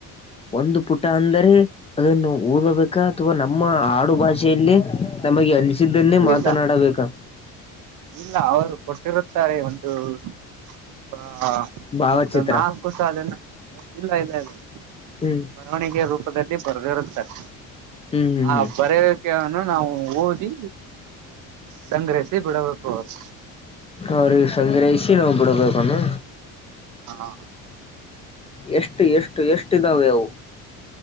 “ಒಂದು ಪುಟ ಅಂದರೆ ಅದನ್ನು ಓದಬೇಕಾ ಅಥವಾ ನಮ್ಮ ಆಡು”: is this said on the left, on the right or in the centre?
Left